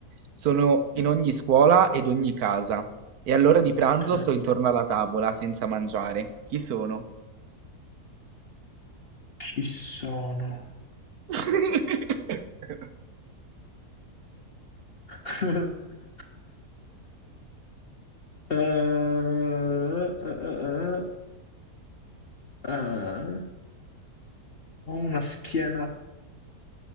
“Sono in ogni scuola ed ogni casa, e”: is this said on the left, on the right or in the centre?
Right